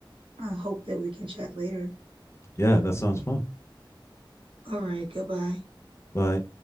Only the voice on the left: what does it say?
Yeah, that sounds fun.
Bye.